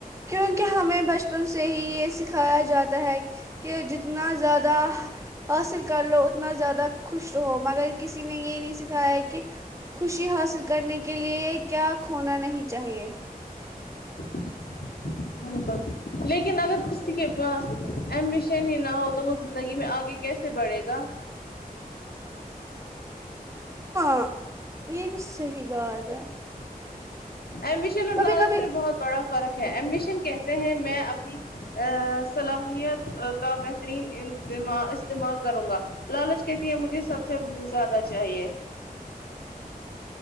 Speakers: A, on the right; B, on the left.
A: کیونکہ ہمیں بچپن سے ہی یہ سکھایا جاتا ہے کہ جتنا زیادہ حاصل کر لو اتنا زیادہ خوش رہو مگر کسی نے یہ نہیں سکھایا ہے کہ خوشی حاصل کرنے کے لیے کیا کھونا نہیں چاہیے
B: <inaudible> بالکل لیکن اگر کسی کے پاس ایمبیشن ہی نہ ہو تو وہ زندگی میں آگے کیسے بڑھے گا
A: اں یہ بھی صحیح بات ہے
B: ایمبیشن اور
A: کبھی
B: لالچ
A: کبھی
B: میں بہت بڑا فرق ہے امبیشن کہتے ہیں میں اپنی آا صلاحیت کا بہ ترین ع دما استعمال کروں گا لالچ کہتی ہے مجھے سب سے زیادہ چاہیے